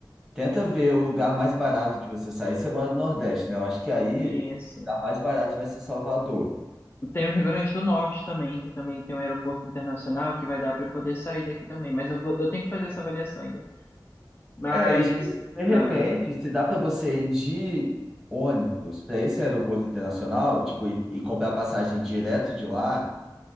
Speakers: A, in the centre; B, on the left.
A: Tenta ver o lugar mais barato de você sair. Você mora no Nordeste, né? Eu acho que aí
B: isso.
A: o lugar mais barato vai ser Salvador.
B: Tem o Rio Grande do Norte também, que também tem um aeroporto internacional que vai dar para eu poder sair daqui também. Mas eu vou, eu tenho que fazer essa avaliação ainda. Mas.
A: É, e, tipo, de repente,
B: Ah,
A: se dá para você ir de ônibus para esse aeroporto internacional, tipo, e, e comprar passagem direto de lá,